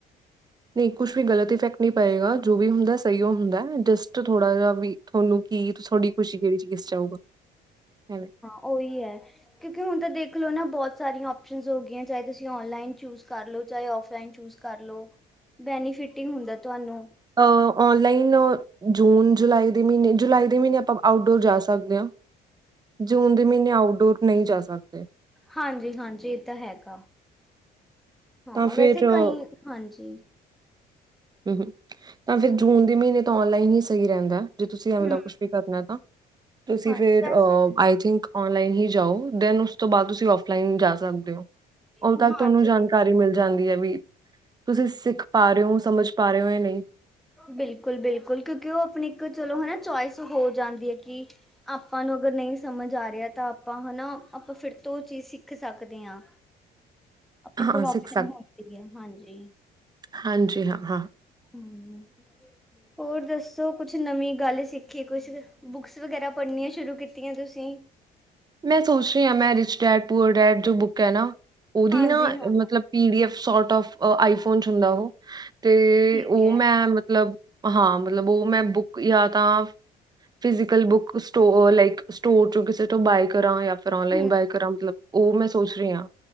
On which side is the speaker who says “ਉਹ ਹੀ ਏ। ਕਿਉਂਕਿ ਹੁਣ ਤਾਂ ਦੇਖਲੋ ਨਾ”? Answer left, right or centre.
Centre